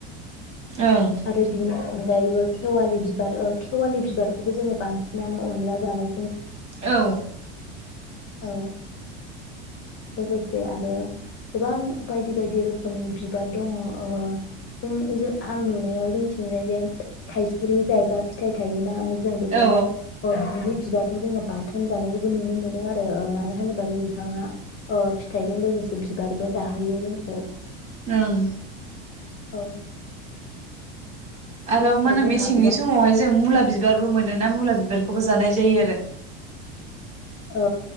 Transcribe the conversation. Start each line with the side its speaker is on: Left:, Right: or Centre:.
Right: औ
Left: आरो बिनि अनगायैबो खेवालि बिबार खेवालि बिबारखौबो जोङो बांसिनानो अनला जानाय
Right: औ
Left: औ लोगोसे आरो गोबां बायदि बायदि रोखोमनि बिबार दङ ओ जों जों आं नुनायाव जों थिंजाय जे थायसुरि जायोबा फिथाइ थायोना जों बेखौहाय
Right: औ
Left: अ जुदि बिबारखौ जोङो बाथोन जानायखौबो नुनो मोनो आरो माने मानो होनोबाबो बिफाङा ओ फिथाइजों लोगोसे बिबारबो जाहोयो जोंखौ
Right: ओं
Left: औ
Right: आरो मा होनो
Left: जोंहा
Right: मेसेंनि
Left: गोबां
Right: समावहाय जों मुला बिबारबो मोनो ना मुला बिबारखौबो जानाय जायो आरो
Left: औ